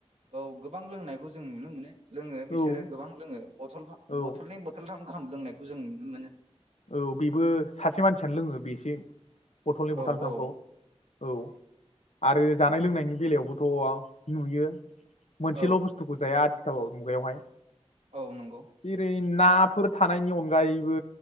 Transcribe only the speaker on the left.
औ
औ
औ बेबो सासे मानसियानो लोङो बेसे बथलनै बथलथामखौ
औ। आरो जानाय लोंनायनि बेलायावबोथ' नुयो। मोनसेल'
बुस्थुखौ जाया आथि खाल' मुगायावहाय।
जेरै नाफोर थानायनि अनगायैबो।